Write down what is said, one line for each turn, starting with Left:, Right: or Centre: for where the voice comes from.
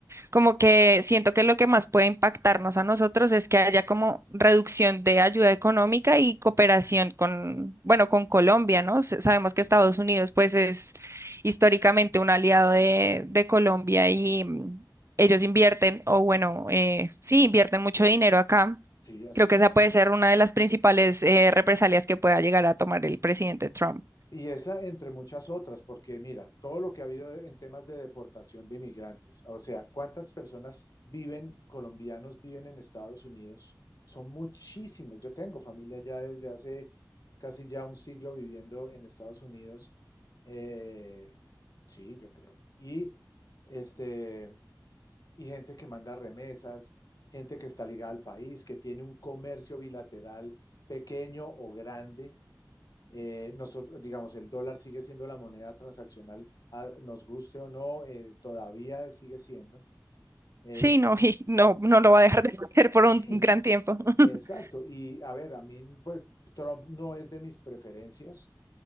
Right: Como que siento que lo que más puede impactarnos a nosotros es que haya como reducción de ayuda económica y cooperación con, bueno, con Colombia, ¿no? S- Sabemos que Estados Unidos pues es históricamente un aliado de, de Colombia y mm, ellos invierten, o bueno, eh, sí, invierten mucho dinero acá.
Left: sí, así
Right: Creo que
Left: es.
Right: esa puede ser una de las principales eh, represalias que pueda llegar a tomar el presidente Trump.
Left: Y esa entre muchas otras, porque mira, todo lo que ha habido en temas de deportación de inmigrantes, o sea, cuántas personas viven, colombianos viven en Estados Unidos, son muchísimos. Yo tengo familia ya desde hace casi ya un siglo viviendo en Estados Unidos. Eh, sí, yo creo. Y, este, y gente que manda remesas, gente que está ligada al país, que tiene un comercio bilateral pequeño o grande eh, nosotros, digamos, el dólar sigue siendo la moneda transaccional, a- nos guste o no, eh, todavía sigue siendo. Eh,
Right: Sí, no, <laughs> y no, no lo va a dejar de hacer por
Left: sí,
Right: un gran tiempo. <laughs>
Left: exacto. Y a ver, a mí, pues Trump no es de mis preferencias.